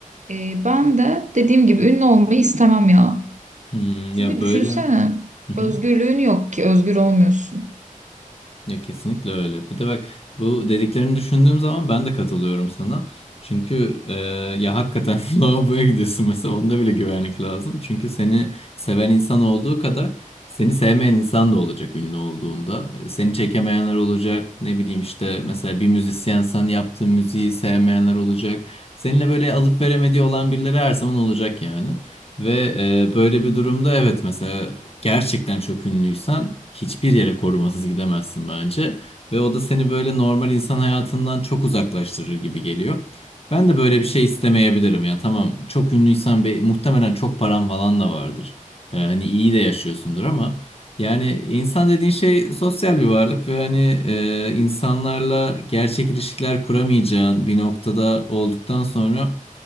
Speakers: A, on the right (about 60°); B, on the left (about 45°).
A: E, ben de dediğim gibi ünlü olmayı istemem ya.
B: Hmm,
A: Çünkü
B: ya böyle.
A: düşünsene
B: Hı hı.
A: özgürlüğün yok ki özgür olmuyorsun.
B: Ya kesinlikle öyle. Bir de bak bu dediklerini düşündüğüm zaman ben de katılıyorum sana. Çünkü e, ya hakikaten <laughs> lavaboya gidiyorsun mesela onda bile güvenlik lazım. Çünkü seni seven insan olduğu kadar seni sevmeyen insan da olacak ünlü olduğunda. E, Seni çekemeyenler olacak. Ne bileyim işte mesela bir müzisyensen yaptığın müziği sevmeyenler olacak. Seninle böyle alıp veremediği olan birileri her zaman olacak yani. Ve e, böyle bir durumda evet mesela gerçekten çok ünlüysen hiçbir yere korumasız gidemezsin bence. Ve o da seni böyle normal insan hayatından çok uzaklaştırır gibi geliyor. Ben de böyle bir şey istemeyebilirim ya. Tamam çok ünlüysen be, muhtemelen çok paran falan da vardır. Ee, hani iyi de yaşıyorsundur ama yani insan dediğin şey sosyal bir varlık ve hani e, insanlarla gerçek ilişkiler kuramayacağın bir noktada olduktan sonra